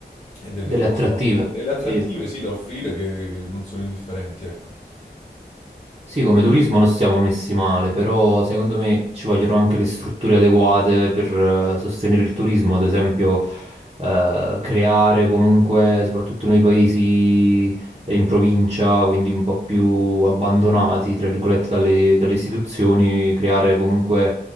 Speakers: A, on the left (about 35°); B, on the right (about 35°).
A: e delle
B: delle
A: cose
B: attrattive.
A: da offrire, delle attrattive,
B: Sì.
A: sì, da offrire che, che non sono indifferenti, ecco.
B: Sì, come turismo non siamo messi male, però secondo me ci vogliono anche le strutture adeguate per eh, sostenere il turismo, ad esempio eh, creare comunque, soprattutto nei paesi eh, in provincia, quindi un po' più abbandonati, tra virgolette, dalle, dalle istituzioni, creare comunque